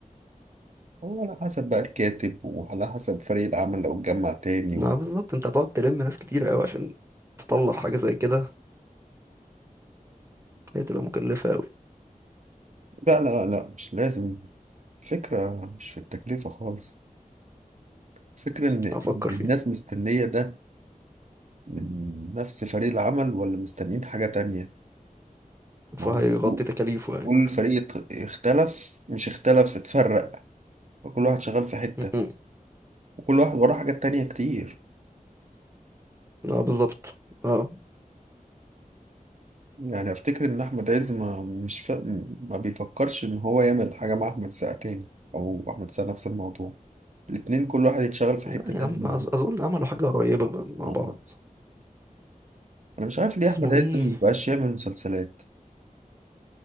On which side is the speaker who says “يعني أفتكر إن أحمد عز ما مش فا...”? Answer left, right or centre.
Right